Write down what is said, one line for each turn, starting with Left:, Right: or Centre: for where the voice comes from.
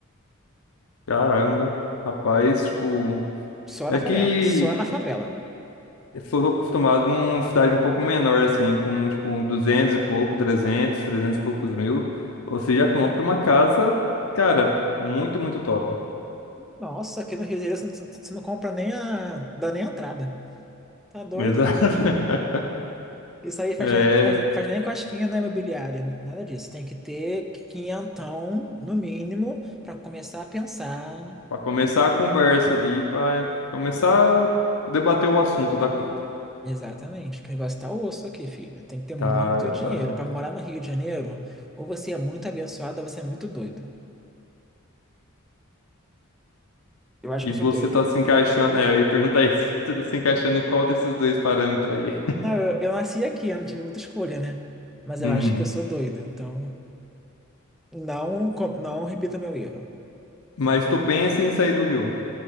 Left: Caramba. Rapaz, tipo,
Centre: Só
Left: é
Centre: na favela,
Left: que.
Centre: só na favela.
Left: Eu sou acostumado numa cidade um pouco menor, assim, com tipo um 200 e pouco, 300, 300 e poucos mil. Você já compra uma casa, cara, muito, muito top.
Centre: Nossa, aqui no Rio de Janeiro você não você não compra nem a, dá nem a entrada. Tá doido?
Left: Exato. <laughs>
Centre: Isso aí faz,
Left: É,
Centre: nem- faz, faz nem cosquinha na imobiliária, né? nada disso. Tem que ter quinhentão, no mínimo, para começar a pensar
Left: para começar a conversa ali, para começar a debater o assunto da compra.
Centre: Exatamente, que o negócio tá osso aqui, filho. Tem que ter muito
Left: Tá,
Centre: dinheiro.
Left: tá.
Centre: Pra morar no Rio de Janeiro, ou você é muito abençoado, ou você é muito doido. Eu acho
Left: E
Centre: que eu
Left: você
Centre: sou doido.
Left: tá se encaixando, é, eu ia perguntar isso, <laughs> você tá se encaixando em qual desses dois parâmetros aí?
Centre: Não, eu, eu nasci aqui, eu não tive muita escolha, né? Mas eu
Left: Uhum.
Centre: acho que eu sou doido, então não, co- não repita meu erro.
Left: Mas tu pensa em sair do Rio.